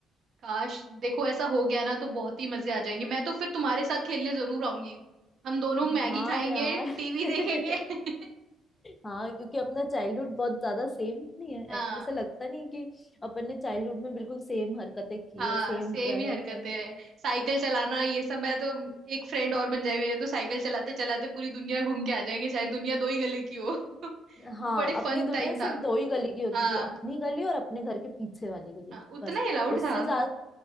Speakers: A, on the right; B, on the left.
A: काश देखो ऐसा हो गया ना तो बहुत ही मजे आ जाएंगे मैं तो फिर तुम्हारे साथ खेलने जरूर आऊंगी हम दोनों मैगी
B: हाँ
A: खाएंगे
B: यार
A: टीवी
B: <laughs>
A: देखेंगे <laughs>
B: हाँ क्योंकि अपना चाइल्डहुड बहुत ज्यादा सेम नहीं है ऐ-
A: हाँ
B: ऐसा लगता नहीं कि अपन ने चाइल्डहुड में बिल्कुल सेम हरकतें किए
A: हाँ
B: सेम
A: सेम
B: रहे
A: ही हरकतें
B: हैं
A: रहे साइकिल चलाना ये सब मैं तो एक फ्रेंड और बन जाए मेरे तो साइकिल चलाते चलाते पूरी दुनिया घूम के आ जाएंगे चाहे दुनिया दो ही गले की हो <laughs> वो
B: हाँ
A: बड़े
B: अपनी
A: फन
B: दुनिया
A: टाइम
B: सिर्फ
A: था
B: दो ही गली की होती
A: हाँ
B: थी अपनी
A: उ-
B: गली और अपने घर के पीछे वाली गली
A: हाँ उतना
B: बस
A: ही अलाउड
B: उससे
A: था
B: ज्यादा